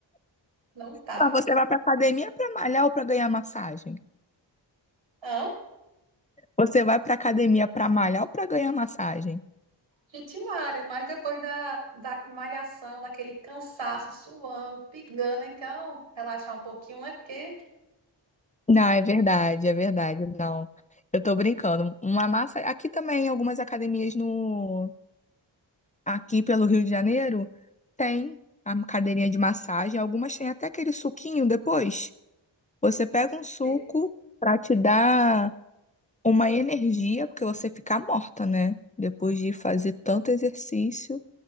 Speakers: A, on the right; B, on the left.
A: Não tá.
B: Pra você vai pra academia pra malhar ou pra ganhar massagem?
A: Hã?
B: Você vai pra academia pra malhar ou pra ganhar massagem?
A: Gente malha, mas depois da, da malhação, daquele cansaço, suando, pingando, então relaxar um pouquinho, né? Porque
B: Não, é verdade, é verdade. Não, eu tô brincando. Uma massa. Aqui também, algumas academias no. Aqui pelo Rio de Janeiro, tem a cadeirinha de massagem. Algumas têm até aquele suquinho depois. Você pega um suco
A: Sei.
B: pra te dar uma energia, porque você fica morta, né? Depois de fazer tanto exercício,